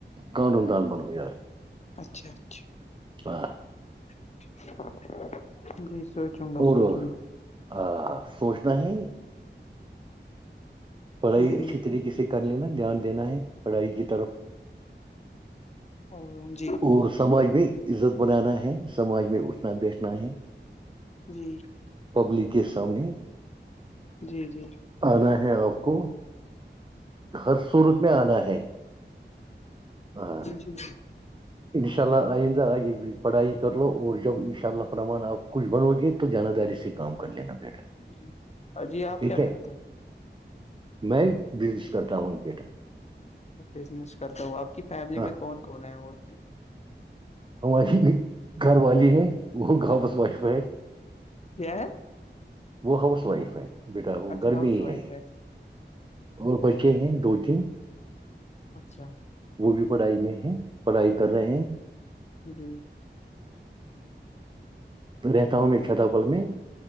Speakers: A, on the right; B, on the left.
A: قانون دان بنو یار
B: اچھا اچھا
A: ہاں
B: <inaudible> جی سوچوں گا
A: اور
B: سوچوں گا <inaudible>
A: اور سوچنا ہے پڑھائی
B: ہوں
A: اچھی طریقے سے کر لینا دھیان دینا ہے پڑھائی کی طرف
B: <inaudible>
A: اور سماج میں عزت بنانا ہے سماج میں اٹھنا بیٹھنا ہے
B: جی
A: پبلک سام نے
B: جی جی
A: آنا ہے آپ کو ہر صورت میں آنا ہے <inaudible>
B: جچ <inaudible>
A: انشاء اللہ آئندہ آگے پڑھائی کر لو اور جب انشاء اللہ فرحمان آپ کچھ بنو گے تو جانہ داری سے کام کر لینا بیٹا
B: جی جی آپ
A: ٹھیک
B: کیا
A: ہے
B: کرتے ہیں
A: میں بزنس کرتا ہوں بیٹا
B: بزنس کرتا ہوں آپ کی فیملی
A: ہاں
B: میں کون کون ہے اور
A: ہماری گھر والی ہے وہ ہاؤس وائف ہے <inaudible>
B: کیا ہے
A: وہ ہاؤس وائف ہے بیٹا وہ
B: اچھا
A: گرمی
B: ہاؤس وائف
A: ہے اور بچے ہیں دو تین
B: اچھا
A: وہ بھی پڑھائی میں ہے پڑھائی کر رہے ہیں
B: جی
A: تو رہتا ہوں میں چھتا پل میں